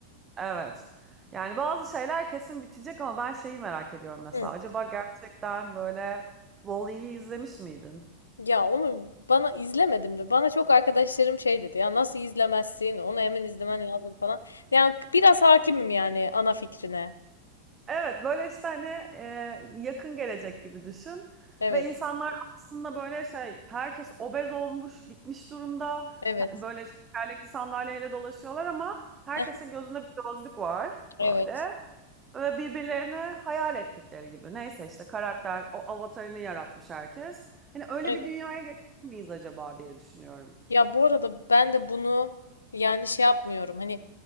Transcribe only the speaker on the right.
evet. Yani bazı şeyler kesin bitecek ama ben şeyi merak ediyorum mesela.
Acaba gerçekten böyle Wall-E'yi izlemiş miydin?
Evet böyle işte hani e, yakın gelecek gibi düşün.
Ve insanlar aslında böyle şey herkes obez olmuş bitmiş durumda.
Böyle tekerlekli sandalyeyle dolaşıyorlar ama herkesin
gözünde bir gözlük var
böyle. Ve birbirlerine hayal ettikleri gibi. Neyse işte karakter o avatarını yaratmış herkes. Hani öyle
bir dünyaya geçer miyiz acaba diye düşünüyorum.